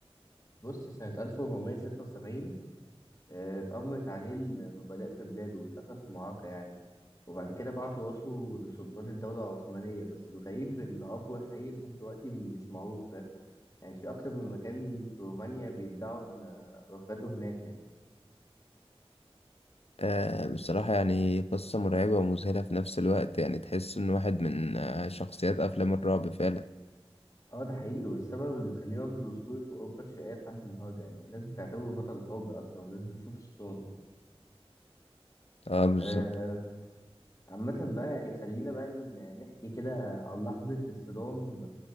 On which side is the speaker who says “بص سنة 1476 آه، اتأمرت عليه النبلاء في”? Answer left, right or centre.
Left